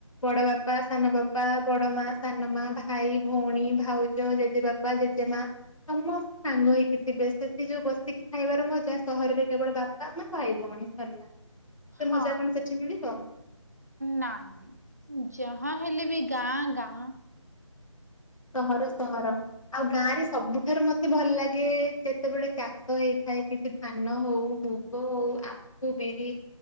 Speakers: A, on the left; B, on the right.
A: ବଡବାପା ସାନବାପା ବଡମା ସାନମା ଭାଇ ଭଉଣୀ ଭାଉଜ ଜେଜେବାପା ବାପା ଜେଜେମା ସମସ୍ତେ ସାଙ୍ଗ ହେଇକି ଥିବେ ସେଥି ଯୋଉ ବସିକି ଖାଇବାର ମଜା ସହରରେ କେବଳ ବାପା ମା ଭାଇ ଭଉଣୀ ସରିଲା ସେ
B: ହଁ
A: ମଜା କଣ ସେଠି ମିଳିବ?
B: ନାଇଁ ଯାହା ହେଲେ ବି ଗାଁ ଗାଁ।
A: ସହର ସହର ଆଉ ଗାଁ ରେ ସବୁଠାରୁ ମତେ ମତେ ଭଲ ଲାଗେ ଯେତେବେଳେ ଚାଷ ହେଇଥାଏ କିଛି ଧାନ ହଉ ମୁଗ ହଉ ମୁଗ ବିରି।